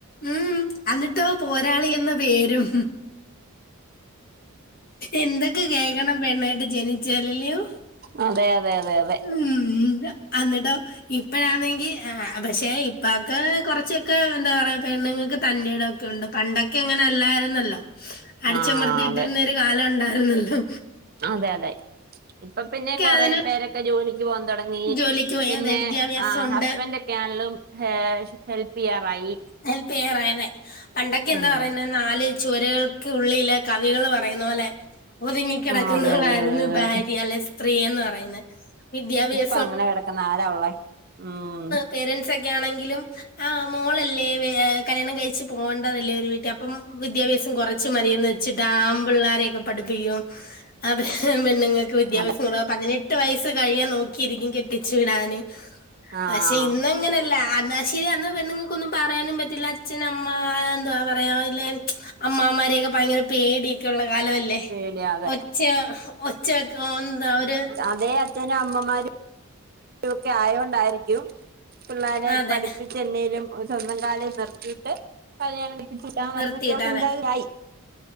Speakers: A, on the left; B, on the right.
A: ഉം എന്നിട്ടോ പോരാളി എന്ന പേരും എന്തൊക്കെ കേൾക്കണം പെണ്ണായിട്ട് ജനിച്ചാ അല്ലയോ
B: അതെ അതെ അതെ അതെ
A: ഉം അന്നിട്ടോ ഇപ്പഴാണെങ്കിൽ ആഹ് പക്ഷെ ഇപ്പാക്ക് കൊർച്ചൊക്കെ എന്താപറയാ പെണ്ണുങ്ങക്ക് തന്റെടൊക്കെഉണ്ട് പണ്ടൊക്കെ അങ്ങനെഅല്ലായിരുന്നല്ലോ. അടിച്ചമർത്തിഇട്ടിരുന്നേരു
B: ആഹ് അതെ
A: കാലഇണ്ടയിര്ന്നല്ലോ?
B: അതെ, അതെ ഇപ്പപിന്നെ കൊറെ
A: അതിന്
B: പേരൊക്കെ ജോലിക്ക് പോആൻതുടങ്ങി.
A: ജോലിക്ക് പോയി
B: പിന്നെ
A: അതെ വിദ്യാഭ്യാസം
B: ആഹ്
A: ഉണ്ട്
B: ഹസ്ബെന്റൊക്കെണെലും ഹേ ഹെൽപ് ചെയ്യാറായി
A: ഹെൽപെയ്യാറായെന്നേ പണ്ടൊക്കെ എന്താപറയുന്നേ
B: ഉം
A: നാല് ചുവരകൾക്ക് ഉള്ളിലെ കവികള് പറയുന്നപോലെ ഒതുങ്ങിക്കിടക്കുന്നവളായിരുന്നു
B: ആഹ് അതെ അതെ അതെ അതെ
A: ഭാര്യ അല്ലേസ്ത്രീയെന്ന് പറയുന്ന വിദ്യാഭ്യാ
B: പ്പഅങ്ങനെ കെടക്കുന്നെ ആരാഉള്ളേ ഉം
A: പേരന്റ്സൊക്കെ ആണെങ്കിലും ആഹ് മോളല്ലേ വെ കല്യാണംകയ് ച്ച് പോവേണ്ടതല്ലേ ഒര് വീട്ടിഅപ്പം വിദ്യാഭ്യാസംകൊർച്ച് മതിയെന്ന് വെച്ചിട്ട് ആൺ പിള്ളാരെയൊക്കെ പഠിപ്പിക്കും അതെപെണ്ണുങ്ങക് ക്ക് വിദ്യാഭ്യാസം
B: അതെ
A: കൊറ പതിനെട്ട് വയസ്സ് കഴിയാൻ നോക്കിയിരിക്കും കെട്ടിച്ചു വിടാന്
B: ആഹ്
A: പക്ഷെ ഇന്നങ്ങനെയല്ല അന്ന് ശരി അന്ന്പെണ്ണുങ്ങൾക്കൊന്നും പറയാനും പറ്റില്ല അച്ഛന്അമ്മ എന്തുവാ പറയാല്ലെ അമ്മാവന്മാരെയൊക്കെ ഭയങ്കരം പേടിയൊക്കെഉള്ള കാലല്ലേ
B: പേടിയാ അതെ
A: ഒച്ചഹ് ഒച്ചവെക്കൊ ന്താ ഒര്
B: അതെ ച്ചനും അമ്മമാരും രുഒക്കെ ആയൊണ്ടായിരിക്കും പിള്ളാരെ
A: അതെ
B: പഠിപ്പിച്ച് എന്തേലുംസ്വന്തം കാലേ നിർ കിട്ട് കല്യാണം കഴിപ്പിച്ചിട്ടാമതിന്നൊക്കെ
A: നിർത്തിയിട്ടാണ്
B: ചിന്താഗതിയായി